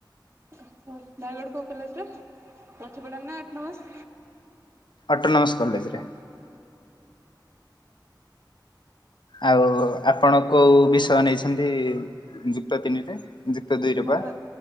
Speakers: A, on the right; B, on the left.
A: ଓହୋ ନୟାଗଡ କୋଉ କଲେଜ୍ ରେ ନଛିପୋଢ଼ା ନା ଅଟୋନମସ?
B: ଅଟୋନମସ୍ କଲେଜେରେ। ଆଉ ଆପଣ କୋଉ ବିଷୟ ନେଇଛନ୍ତି ଯୁକ୍ତ ତିନିରେ? ଯୁକ୍ତ ଦୁଇରେ
A: ମୋର
B: ପା